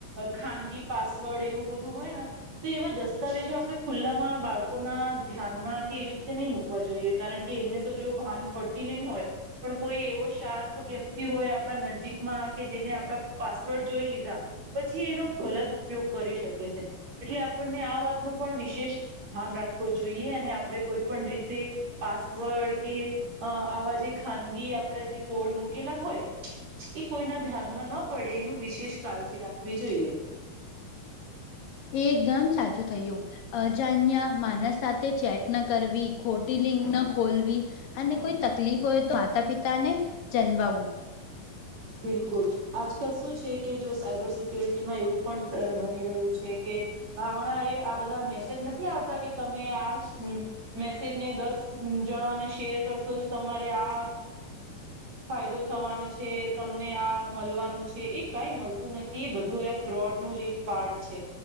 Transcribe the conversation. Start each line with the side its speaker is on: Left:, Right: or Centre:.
Right: ખાનગી પાસવર્ડ એવું બધું હોય ને તો એવા દસ્તાવેજો આપણે, ખુલ્લામાં બાળકોના ધ્યાન એ કે એવી રીતે નહી મુકવા જોઈએ કારણ કે, એમને તો જો ભાન પડતી નહી હોય. પણ કોઈ એવો શાર્પ વ્યક્તિ હોય આપણા નજીકમાં કે, જેને આપણા પાસવર્ડ જોઈ લીધા પછી એનો ગલત ઉપયોગ કરી શકે છે. એટલે આપણને આ વાતનો પણ વિશેષ ભાન રાખવો જોઈએ, અને આપણે કોઈ પણ રીતે પાસવર્ડ કે આવા જે, ખાનગી આપણે જે કોડ મૂકેલા હોય. એ કોઈના ધ્યાનમાં ન પડે એનું વિશેષ કાળજી રાખવી જોઈએ.
Left: એ એકદમ સાચું થયું અજાણ્યા માણસ સાથે ચેટ, ન કરવી ખોટી લિંક ન ખોલવી અને કોઈ તકલીફ હોય તો માતા પિતા ને ચન્માવું
Right: બિલકુલ આજકાલ શું છે કે જો, સાયબર સિક્યોરિટીમાં એવું પણ બની રહ્યું છે કે હમણાં એ આ બધા મેસેજ નથી આવતા કે તમે આજ મેસેજ ને દસ જણાને શેર કરશો તો તમારે આ ફાયદો થવાનો છે. તમને આ મળવાનું છે, એ કઈ મળતું નથી એ બધું એ ફ્રોડ નું જ એક પાર્ટ છે.